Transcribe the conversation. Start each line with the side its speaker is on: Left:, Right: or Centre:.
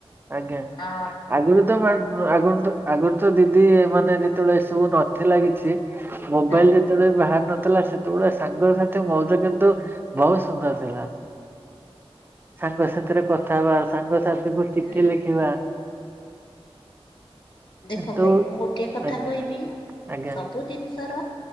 Right: ଆଜ୍ଞା
Left: ଆ
Right: ଆଗରୁ ତ ଆଗରୁ ତ ଆଗରୁ ତ ଦ ମାନେ ଯେତେବେଳେ ଏ ସବୁ ନଥିଲା କିଛି ମୋବାଇଲ
Left: ହଁ
Right: ଯେତେବେଳେ ବାହାରି ନଥିଲା ସେତେବେଆ ସାଙ୍ଗ ସାଥି ମଉଜ କିନ୍ତୁ ବହୁତ ସୁନ୍ଦର ଥିଲା। ସାଙ୍ଗ ସାଥିରେ କଥା ହବା ସାଙ୍ଗସଥି ଗୋଟି
Left: ହୁଁ
Right: ଏଠି ଲେଖିବା
Left: ଦେଖ
Right: କିନ୍ତୁ
Left: ଭାଇ ମୁଁ ଗୋଟିଏ କଥା
Right: ଆଜ୍ଞା
Left: କହିବି
Right: ଆଜ୍ଞା
Left: ସବୁ ଜିନିଷର